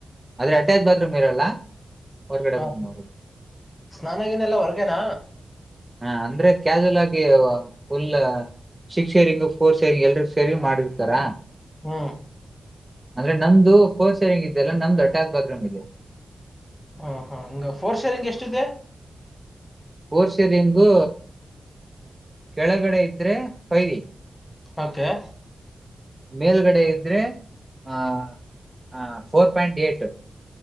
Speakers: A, on the right; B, on the left.
A: ಆದ್ರೆ ಅಟ್ಯಾಚ್ ಬಾತ್ರೂಮ್ ಇರಲ್ಲ ಹೊರ್ಗಡೆ
B: ಹಾ
A: ಬಂದ್ ಮಾಡ್ಬೇಕು
B: ಸ್ನಾನಾಗನೆಲ್ಲ ಹೊರ್ಗೇನಾ
A: ಹಾ ಅಂದ್ರೆ ಕ್ಯಾಾಸುವಲ್ ಆಗಿ full six sharing four sharing ಎಲ್ರಿ ಸೇರಿ ಮಾಡಿರ್ತಾರ
B: ಹ
A: ಅಂದ್ರೆ ನಮ್ದು ಫೋರ್ ಸೇರಿಂಗ್ ಇದೆ ಅಲ್ಲ ನಮ್ದು ಅಟ್ಯಾಚಚ್ ಬಾತ್ರೂಮ್ ಇದೆ
B: ಹಾ ಹಾ ಹಂಗ ಫೋರ್ ಶೇರಿಂಗ್ ಎಷ್ಟಿದೆ
A: ೋರ್ಷಿರಿಂಗೂ ಕೆಳಗಡೆ ಇದ್ರೆ ಫೈರಿ
B: ಓಕೆ
A: ಮೇಲ್ಗಡೆ ಇದ್ರೆ ಆ ಫೋರ್ ಪಾಯಿಂಟ್ ಏಟ್